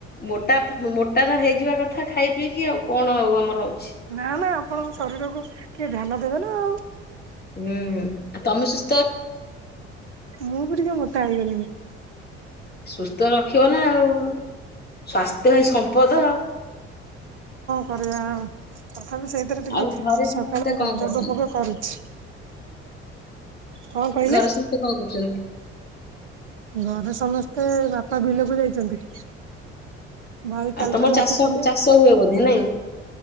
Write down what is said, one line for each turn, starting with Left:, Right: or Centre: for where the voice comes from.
Left: ମୋଟା ମୋଟା ଟା ହେଇଯିବା କଥା ଖାଇ ପିଇକି ଆଉ କଣ ହଉ ଆମର ହଉଛି।
Right: ନା ନା ଆପଣଙ୍କ ଶରୀରକୁ ଟିକିଏ ଧ୍ୟାନ ଦେବେ ନା ଆଉ
Left: ହୁଁ ଆଉ ତମେ ସୁ
Right: ମୁଁ ବି ଟିକିଏ ମୋଟା ହେଇଗଲିଣି।
Left: ସୁସ୍ଥ ରଖିବ ନା ଆଉ ସ୍ଵାସ୍ଥ୍ୟ ହିଁ ସମ୍ପଦ।
Right: କରିବା ଆଉ ତଥାପି ସେଇ ସେଇଥିରେ ଟିକିଏ
Left: ଆଉ ଘରେ
Right: ସକାଳୁ
Left: ସମସ୍ତେ କଣ କରୁଛନ୍ତି
Right: ଯୋଗ ଫୋଗ କରୁଛି। କଣ କହିଲେ?
Left: ଘର ସମସ୍ତେ କଣ କରୁଛନ୍ତି?
Right: ଘରେ ସମସ୍ତେ ବାପା ବିଲକୁ ଯାଇଛନ୍ତି। ଭାଇ
Left: ଆଉ
Right: କାଲି
Left: ତମର
Right: ଠାରୁ
Left: ଚାଷ
Right: ଆସିଥିଲେ
Left: ଚାଷ ହୁଏ ବୋଧେ ନାଇଁ